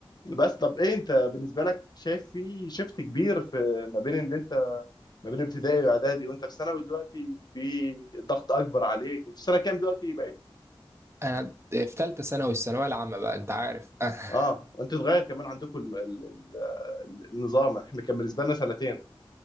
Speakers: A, on the left; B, on the right.
A: بس طب ايه انت بالنسبه لك شايف في شيفت كبير في ما بين ان انت ما بين ابتدائي واعدادي وانت في ثانوي دلوقتي في ضغط اكبر عليك انت في سنه كام دلوقتي بقيت
B: انا في ثالثه ثانوي الثانويه العامه بقى انت عارف <laughs>
A: اه انت اتغير كمان عندكم ال- ال- ال- النظام احنا كان بالنسبه لنا سنتين